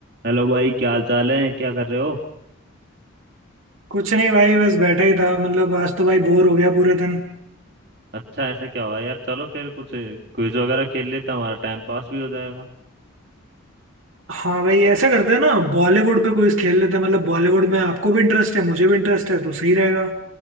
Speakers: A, on the right (about 55°); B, on the right (about 70°).
A: Hello भाई क्या हाल चाल है क्या कर रहे हो
B: कुछ नहीं भाई बस बैठा ही था मतलब आज तो भाई बोर हो गया पूरे दिन
A: अच्छा ऐसा क्या हुआ यार चलो फिर कुछ क्विज वगैरह खेल लेते हैं हमारा टाइम पास भी हो जाएगा
B: हाँ भाई ऐसा करते हैं ना बॉलीवुड पे क्विज खेल लेते हैं मतलब बॉलीवुड में आपको भी इंटरेस्ट है मुझे भी इंटरेस्ट है तो सही रहेगा